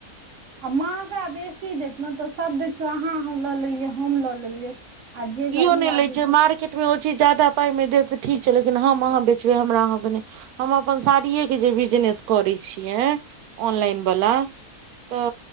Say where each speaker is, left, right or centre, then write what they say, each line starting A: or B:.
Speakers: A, on the right (about 60°); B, on the right (about 80°).
A: आ महँगा बेसी देत ने तऽ सभ देखियौ अहाँ हम लऽ लेलियै हम लऽ लेलियै आ जेे
B: कियो
A: गरीब
B: नहि
A: आदमी
B: लै छै
A: जूड़
B: मार्केट मे ओ चीज जाायदा पाइमे देत तऽ ठीक छै लेकिन हम अहाँ बेचबै हमरा अहाँ सने हम अपन साड़िएके जे बिजनेस करै छियै ऑनलाइनवला तऽ